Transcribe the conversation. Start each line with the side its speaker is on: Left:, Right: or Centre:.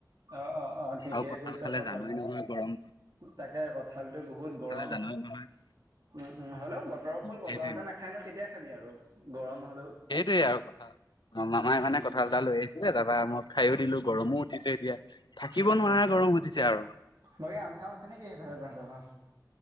Right: অ'-অ'-অ', ঠিকেই
Left: আৰু
Right: কৈছ
Left: খালে
Right: কঁঠাল
Left: জানই
Right: খাইছ,
Left: নহয় গৰম
Right: তাকে কঁঠালতটো বহুত গৰম
Left: জানাও নহয় <unintelligible>
Right: উম-উম, হ'লেও বতৰৰ ফল
Left: সেইটোৱে
Right: বতৰতে নাখায় নু, কেতিয়া খাবি আৰু গৰম হ
Left: সেইটোৱেই আৰু কথা। অ', মামাই মানে
Right: উম
Left: কথালতা লৈ আহিছিলে, তাৰপা মই খায়ো দিলো, গৰমো উঠিছে এতিয়া। থাকিব
Right: উম-উম,
Left: নোৱাৰা গৰম উঠিছে আৰু।
Right: বাকি আম চাম আছে নে কি সেইফাল তহতৰ ঘৰ?